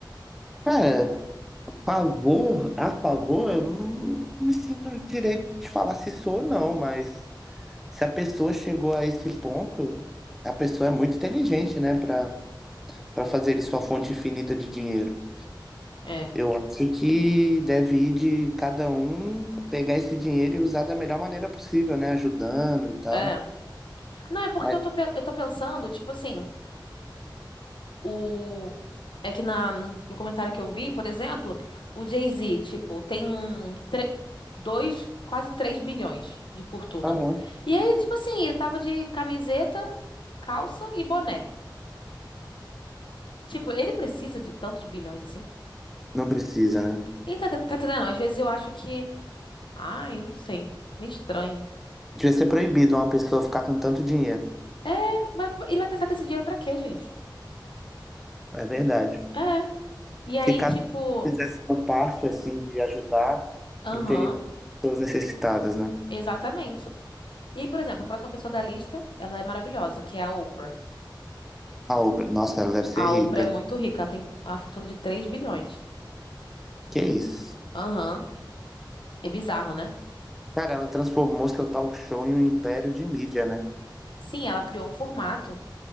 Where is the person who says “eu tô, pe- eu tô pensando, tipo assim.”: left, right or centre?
Left